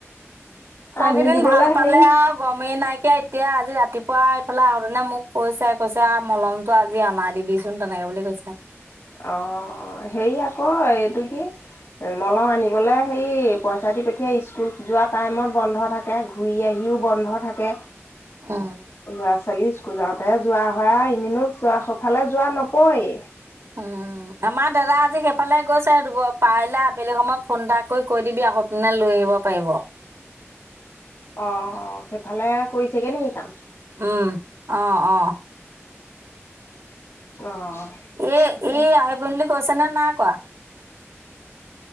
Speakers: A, on the right; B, on the left.
A: সৰু
B: আনি
A: কেইদিন
B: দিবলৈ
A: ভাল পালে
B: হেৰি
A: আৰু গমেই নাই। এতিয়া এতিয়া আজি ৰাতিপুৱা এইফালে আহোতে মোক কৈছে কৈছে আ মলমতটো আজি অনাই দিবিচোন তেনেকে। হেইবুলি কৈছে।
B: অ' হেই আকৌ এইটো কি মলম আনিবলৈ হেৰি পইচা দি পঠিয়াই স্কুল যোৱা টাইমত বন্ধ থাকে ঘূৰি আহি বন্ধ থাকে,
A: উম
B: লৰা ছোৱাল ল'ৰা ছোৱালি স্কুল যাওঁতেহে যোৱা হয় আও এনেনো সেফালে যোৱা নপৰে।
A: উম। আমাৰ দাদা আজি সেইফালে গৈছে পাৰিলে আবেলি সময়ত ফোন এটা কৰি কৈ দিবি তেনে লৈ আহিব। অ' পাৰিব।
B: অ' অ' সেইফালে কৰিছেগে নি কাম?
A: উম আহ আহ।
B: অ'।
A: এ
B: তাকে
A: এ আহিব বুলি কৈছে নে নাই কোৱা?